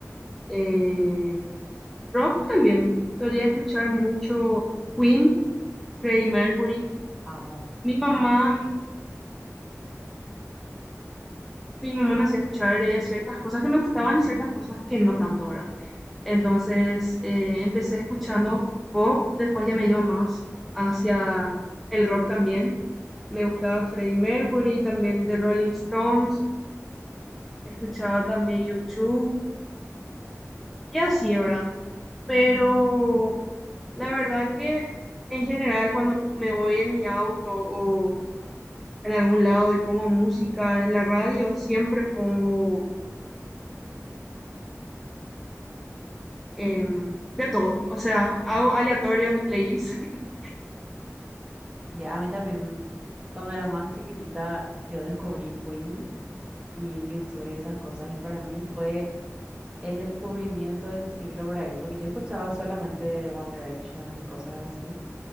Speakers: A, in the centre; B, on the right.
A: eh, rock también. Solía escuchar mucho Queen, Freddie Mercury.
B: Amo.
A: Mi mamá, mi mamá me hacía escuchar y había ciertas cosas que me gustaban y ciertas cosas que no tanto, ¿verdad? Entonces eh, empecé escuchando pop, después ya me iba más hacia el rock también. Me gustaba Freddie Mercury, también The Rolling Stones, escuchaba también YouTube y así, ¿verdad? Pero la verdad que en general cuando me voy en mi auto o en algún lado y pongo música en la radio, siempre pongo em, de todo. O sea, hago aleatorio mi playlist. <laughs>
B: Ya, a mí también, cuando era más chiquitita, yo descubrí Queen y YouTube y esas cosas. Y para mí fue el descubrimiento del siglo por ahí, porque yo escuchaba solamente One Direction y cosas así.